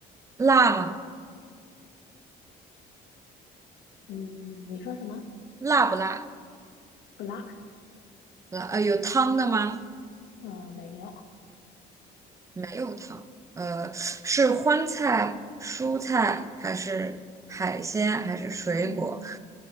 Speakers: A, on the right; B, on the left.
A: 辣吗？
B: 嗯，你说什么？
A: 辣不辣？
B: 不辣，
A: 辣，呃，有汤的吗？
B: 嗯，没有，
A: 没有糖，呃，是荤菜、蔬菜还是海鲜还是水果？
B: 嗯，